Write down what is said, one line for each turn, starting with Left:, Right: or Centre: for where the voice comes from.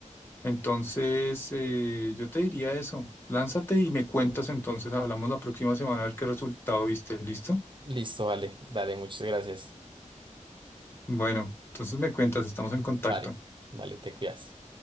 Left: Entonces, eh, yo te diría eso. Lánzate y me cuentas entonces. Hablamos la próxima semana a ver qué resultado viste. ¿Listo?
Right: Listo, vale, dale, muchas gracias.
Left: Bueno, entonces me cuentas, estamos en contacto.
Right: Vale, vale, te cuidas.